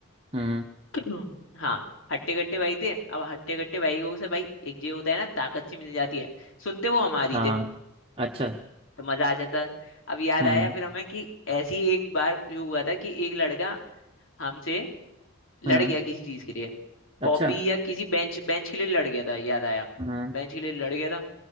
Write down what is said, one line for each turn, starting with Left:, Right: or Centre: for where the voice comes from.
Right: हम्म
Left: <clears throat> हाँ हट्टे कट्टे भाई थे अब हट्टे कट्टे भाई को से भाई एक जो होता है ना ताकत सी मिल जाती है सुनते वो हमारी
Right: हाँ
Left: थे
Right: अच्छा
Left: तो मजा आ जाता अब याद
Right: हम्म
Left: आया फिर हमें कि ऐसी एक बार जो हुआ था कि एक लड़का हमसे
Right: हम्म
Left: लड़ गया किसी चीज के लिए
Right: अच्छा
Left: कॉपी या किसी बेंच बेंच के लिए लड़ गया था याद आया
Right: हम्म
Left: बेंच के लिए लड़ गया था